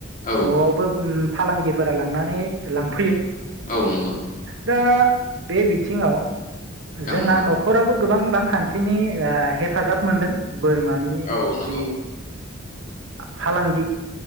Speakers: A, on the left; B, on the right.
A: औ
B: न'वावबो फालांगिफोरा लांनानै लांफैयो।
A: औ नंगौ
B: दा बे बिथिंआव जोंहा
A: औ नंगौ
B: न'खराबो गोबां रांखान्थिनि हेफाजाब मोनदों। बोरमानि
A: औ नंगौ
B: जि फालांगि